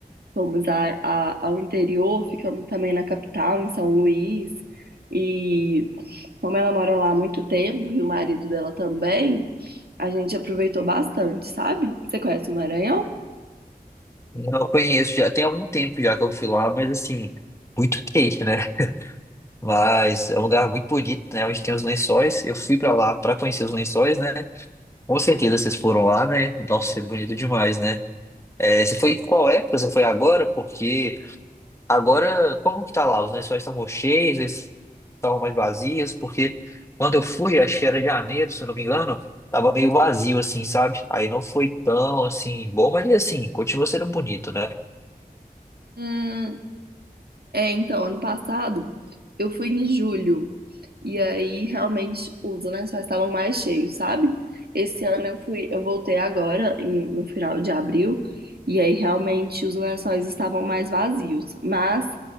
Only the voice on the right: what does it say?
Fomos a, a- ao interior, ficamos também na capital, em São Luís. E como ela mora lá há muito tempo, e o marido dela também. A gente aproveitou bastante, sabe? Você conhece o Maranhão?
Hum, É, então, ano passado eu fui em julho e aí realmente os lençóis estavam mais cheios, sabe? Esse ano eu fui, eu voltei agora em- no final de abril e aí realmente os lençóis estavam mais vazios, mas